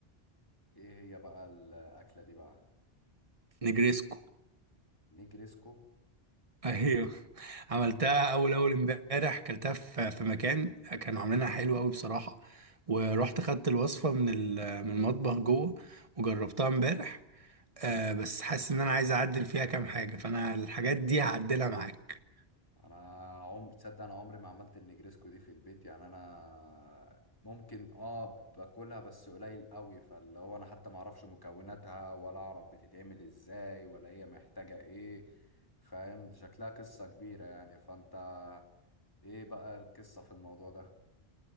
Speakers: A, on the left; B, on the right.
A: ايه هي بقى الأكلة دي بقى
B: نجريسكو
A: نجريسكو
B: ايوه عملتها
A: يا.
B: اول اول امبارح اكلتها في في مكان كانوا عاملينها حلوه قوي بصراحه ورحت خدت الوصفه من ال- من المطبخ جوه وجربتها امبارح آه بس حاسس ان انا عايز اعدل فيها كام حاجه فانا الحاجات دي هعدلها معاك
A: انا عمري تصدق انا عمري ما عملت النجريسكو دي في البيت يعني انا ممكن اه باكلها بس قليل قوي فاللي هو انا حتى ما اعرفش مكوناتها ولا اعرف بتتعمل ازاي ولا هي محتاجة ايه فاهم شكلها قصة كبيرة يعني فانت ايه بقى القصة في الموضوع ده